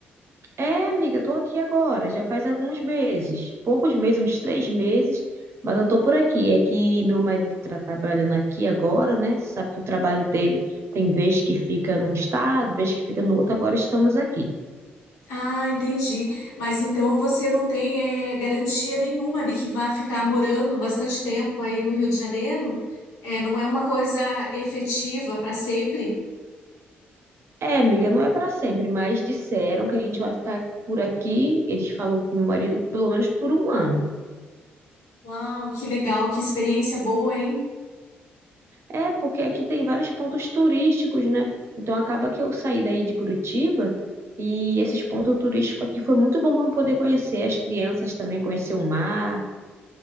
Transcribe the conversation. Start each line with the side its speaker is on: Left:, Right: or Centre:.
Right: É, amiga, tô aqui agora, já faz alguns meses, poucos meses, uns três meses, mas eu tô por aqui. É que meu marido tá trabalhando aqui agora, né? Você sabe que o trabalho dele tem vez que fica num estado, vez que fica no outro, agora estamos aqui.
Left: Ah, entendi. Mas então você não tem, eh, garantia nenhuma de que vai ficar morando bastante tempo aí no Rio de Janeiro? É, não é uma coisa efetiva para sempre?
Right: É, amiga, não é pra sempre, mas disseram que a gente vai ficar por aqui, eles falou pro meu marido, pelo menos por um ano.
Left: Uau, que legal, que experiência boa, hein?
Right: É, porque aqui tem vários pontos turísticos, né? Então acaba que eu saí daí de Curitiba e esses pontos turísticos aqui foi muito bom para poder conhecer as crianças também, conhecer o mar.